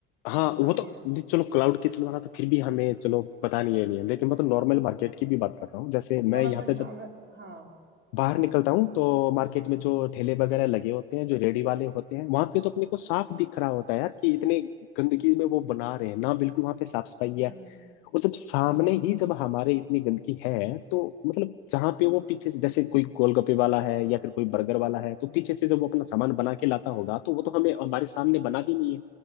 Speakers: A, on the left (about 65°); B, on the right (about 35°).
A: हाँ,
B: वो
A: वो
B: भी
A: तो
B: है
A: नहीं, चलो क्लाउड किचन वाला तो फिर भी हमें चलो पता नहीं है नहीं है लेकिन मैं तो नॉर्मल मार्केट की भी बात कर रहा हूँ जैसे मैं
B: नॉर्मली
A: यहाँ पे जब
B: हाँ वे- हाँ
A: बाहर निकलता हूँ तो मार्केट में जो ठेले वगैरह लगे होते हैं जो रेडी वाले होते हैं वहां पे तो अपने को साफ दिख रहा होता है यार कि इतने गंदगी में वो बना रहे हैं ना बिल्कुल वहां पे साफ सफाई है
B: हम्म
A: और जब सामने
B: हम्म
A: ही जब हमारे इतनी गंदगी है तो मतलब जहाँ पे वो पीछे से जैसे कोई गोलगप्पे वाला है या फिर कोई बर्गर वाला है तो पीछे से जब वो अपना सामान बना के लाता होगा तो वो तो हमें हमारे सामने बना भी नहीं है